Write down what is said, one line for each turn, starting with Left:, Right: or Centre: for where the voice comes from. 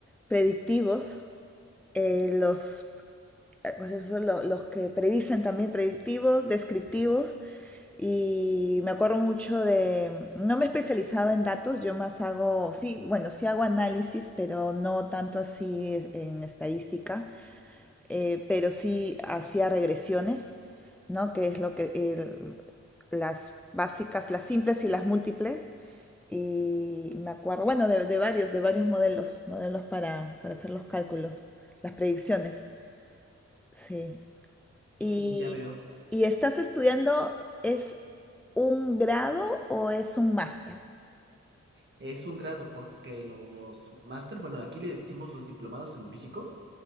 Centre: predictivos, eh, los, eh, ¿cuáles son lo- los que predicen también predictivos, descriptivos, y me acuerdo mucho de, no me he especializado en datos, yo más hago, sí, bueno, sí hago análisis, pero no tanto así en estadística eh, pero sí hacía regresiones, ¿no? Que es lo que el- las básicas, las simples y las múltiples. Y me acuerdo, bueno, de, de varios, de varios modelos, modelos para, para hacer los cálculos, las predicciones. Sí. Y,
Right: Mm, ya veo.
Centre: y estás estudiando, ¿es un grado o es un máster?
Right: Es un grado porque los máster, bueno, aquí le decimos los diplomados en México,